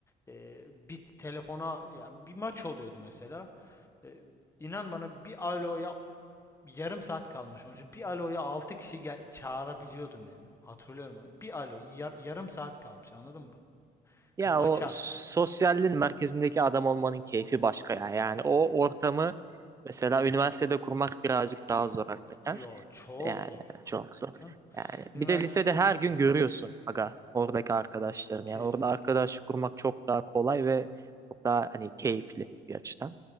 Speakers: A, on the left; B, on the right.
A: e, bir telefona ya bir maç oluyordu mesela. E, inan bana bir aloya yarım saat kalmış. Onun için bir aloya 6 kişi gel- çağırabiliyordum yani. Hatırlıyorum. Bir alo yar- yarım saat kalmış. Anladın mı bak?
B: Ya
A: Maça.
B: o sosyalliğin merkezindeki adam olmanın keyfi başka ya. Yani o ortamı mesela üniversitede kurmak birazcık daha zor hakikaten.
A: Yo çok
B: Yani
A: zor.
B: çok zor.
A: Canım.
B: Yani bir
A: Üniversite
B: de lisede her
A: ünü-
B: gün
A: <laughs>
B: görüyorsun aga oradaki arkadaşlarını.
A: kesinlikle.
B: Yani orada arkadaşlık kurmak çok daha kolay ve çok daha hani keyifli bir açıdan.